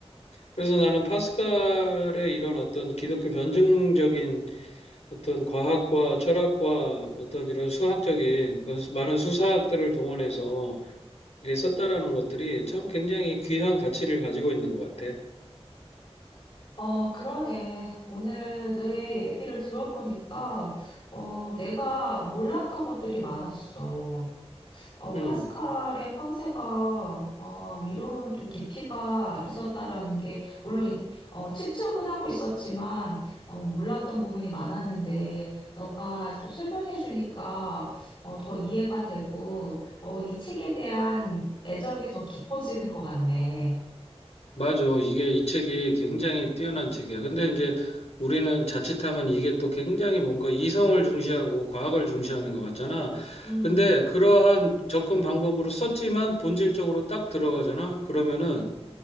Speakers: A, on the left; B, on the left.
A: 그래서 나는 파스칼의 이런 어떤 기독교 변증적인 어떤 과학과 철학과 어떤 이런 수학적인 그런 수- 많은 수사학들을 동원해서 이렇게 썼다라는 것들이 참 굉장히 귀한 가치를 가지고 있는 것 같아.
B: 어, 그러네. 오늘 내 얘기를 들어보니까, 어, 내가 몰랐던 것들이 많았어. 어, 파스칼의
A: 음,
B: 황새가 어, 이런 또 깊이가 있었다라는 게 물론 어, 측측은 하고 있었지만 어, 몰랐던 부분이 많았는데 너가 또 설명해 주니까 어, 더 이해가 되고 어, 이 책에 대한 애정이 더 깊어지는 것 같네.
A: 맞아. 이게 이 책이 굉장히 뛰어난 책이야. 근데 이제 우리는 자칫하면 이게 또 굉장히 뭔가 이성을 중시하고 과학을 중시하는 것 같잖아.
B: 음,
A: 근데 그러한 접근 방법으로 썼지만 본질적으로 딱 들어가잖아. 그러면은